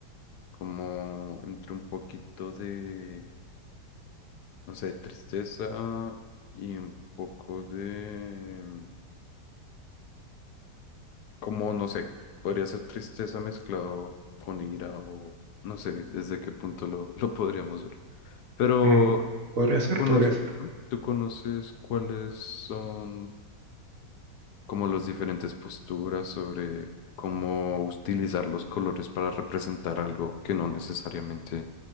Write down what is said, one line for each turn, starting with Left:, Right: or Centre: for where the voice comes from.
Left: como entre un poquito de, no sé, tristeza y un poco de como, no sé, podría ser tristeza mezclado con ira o no sé desde qué punto lo, lo podríamos ver. Pero,
Right: Mm, Podría ser,
Left: conoz-
Right: podría ser.
Left: ¿Mm? ¿tú conoces cuáles son como las diferentes posturas sobre cómo utilizar los colores para representar algo que no necesariamente